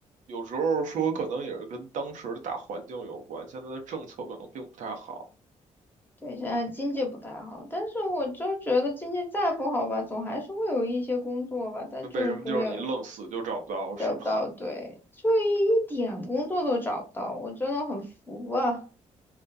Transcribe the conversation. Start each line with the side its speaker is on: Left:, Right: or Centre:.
Right: 有时候说可能也是跟当时的大环境有关，现在的政策可能并不太好。
Left: 对，现在经济不太好，但是我就觉得经济再不好吧，总还是会有一些工作吧，但就是永远
Right: 那为什么就是你愣死就找不到，
Left: 得不到，
Right: 是吗？
Left: 对，就一一点工作都找不到，我真的很服啊。